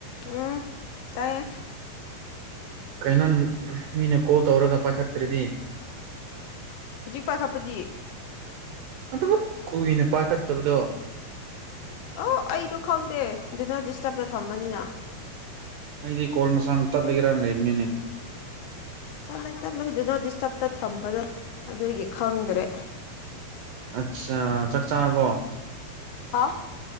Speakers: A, on the left (about 75°); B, on the right (about 75°).
A: ꯎꯝ ꯇꯥꯏꯌꯦ
B: ꯀꯩꯅꯣ ꯃꯤꯅ ꯀꯣꯜ ꯇꯧꯔꯒ ꯄꯥꯏꯈꯠꯇ꯭ꯔꯗꯤ
A: ꯄ ꯈꯄꯗꯤ
B: ꯑꯗꯨꯕꯨ ꯀꯨꯏꯅ ꯄꯥꯏꯈꯠꯇꯕꯗꯣ
A: ꯑꯣ ꯑꯩꯗꯣ ꯈꯪꯗꯦ ꯑꯗꯨꯅ ꯗꯤꯁꯇꯔꯕꯇ ꯊꯃꯅꯤꯅ
B: ꯑꯩꯗꯤ ꯀꯣꯜ ꯃꯁꯥꯅ ꯇꯠꯂꯒꯦꯔ ꯂꯩꯕꯅꯤꯅꯦ
A: ꯆꯠꯂꯣꯏ ꯇꯠꯂꯣꯏꯗꯨꯅꯣ ꯗꯤꯁꯇꯔꯕꯇ ꯊꯝꯕꯗꯣ ꯑꯗꯨꯒꯤ ꯈꯪꯗ꯭ꯔꯦ
B: ꯑꯆꯥ ꯆꯥꯛ ꯆꯥꯔꯕꯣ
A: ꯑ